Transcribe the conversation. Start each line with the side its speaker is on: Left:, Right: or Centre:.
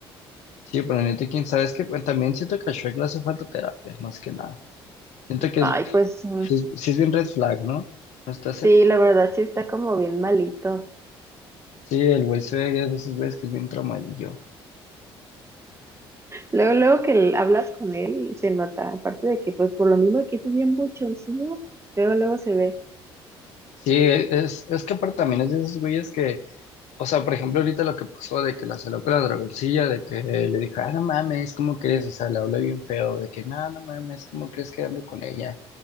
Left: Sí, pero neta, quién sabe, es que pues, también siento que a Shrek le hace falta terapia, más que nada. Siento que
Right: Ay,
Left: es,
Right: pues sí,
Left: sí es, sí es bien red flag, ¿no? ¿No está ese?
Right: sí, la verdad sí está como bien malito.
Left: Sí, el güey se ve que es de esos güeyes que es bien traumadillo.
Right: Luego, luego que l- hablas con él, se nota, aparte de que pues por lo mismo que es bien buchoncillo, luego, luego se ve.
Left: Sí, es, es que aparte también es de esos güeyes que O sea, por ejemplo, ahorita lo que pasó de que la saló con la dragoncilla, de que le dijo, ah, no mames, ¿cómo crees? O sea, le habló bien feo, de que, no, no mames, ¿cómo crees que ando con ella?